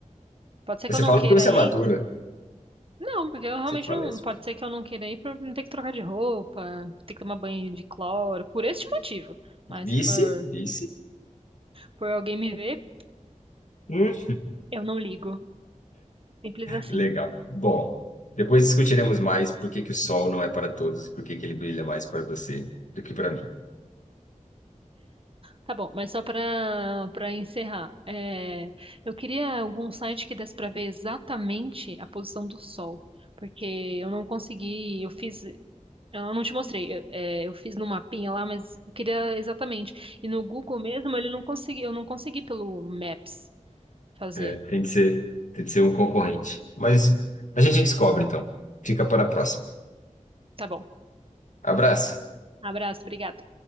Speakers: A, on the right; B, on the left.
A: Pode ser
B: Você
A: que eu não
B: fala
A: queira
B: porque você
A: ir?
B: é madura,
A: Não, porque eu realmente
B: você fala
A: não.
B: isso.
A: Pode ser que eu não queira ir pra não ter que trocar de roupa, ter que tomar banho de cloro, por este motivo. Mas
B: Vice,
A: por,
B: vice.
A: por alguém me ver,
B: Hum,
A: eu não ligo. Simples assim.
B: Legal. Bom, depois discutiremos mais por que que o sol não é para todos e por que que ele brilha mais para você do que para mim.
A: Tá bom, mas só para para encerrar, é, eu queria algum site que desse para ver exatamente a posição do Sol, porque eu não consegui, eu fiz, eu não te mostrei, eu, é, eu fiz no mapinha lá, mas eu queria exatamente. E no Google mesmo, ele não consegui, eu não consegui pelo Maps fazer.
B: É, tem que ser, tem que ser um concorrente. Mas a gente descobre então. Fica para a próxima.
A: Tá bom.
B: Abraço.
A: Abraço, obrigada.